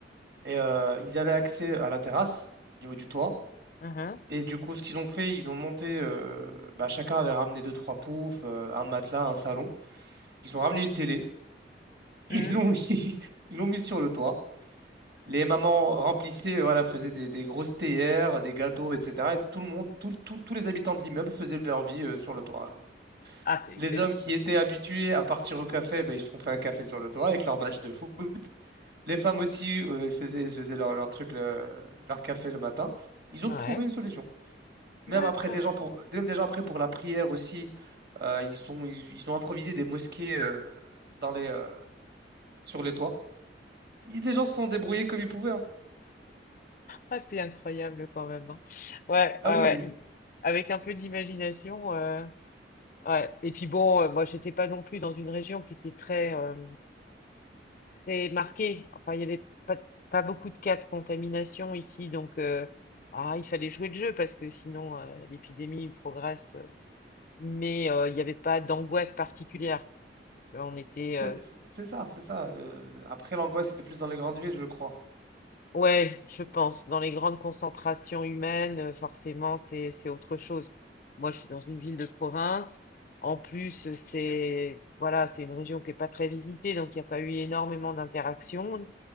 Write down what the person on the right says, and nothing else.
et euh, ils avaient accès à la terrasse au niveau du toit.
Et du coup, ce qu'ils ont fait, ils ont monté. euh, bah, chacun avait ramené deux, trois poufs, euh, un matelas, un salon. Ils ont ramené une télé. Ils
l'ont <laughs> mis, ils l'ont mis sur le toit. Les mamans remplissaient, voilà, faisaient des, des grosses théières, des gâteaux, etc. Et tout le monde, tout- tout- tous les habitants de l'immeuble faisaient leur vie euh, sur le toit.
Les
hommes qui
étaient habitués à partir au café, ben, ils se sont fait un café sur le toit avec leur match de foot. Les femmes aussi euh, faisaient, faisaient leur, leur truc, le- leur café le matin. Ils ont
trouvé une solution. Même
après, des gens pour, même déjà après pour la prière aussi, euh, ils sont, ils, ils ont improvisé des mosquées euh, dans les, euh, sur les toits. Ils- Les gens se sont débrouillés comme ils pouvaient. hein.
Ah
oui,
C'est c'est ça, c'est ça. euh, après, l'angoisse, c'était plus dans les grandes villes, je crois.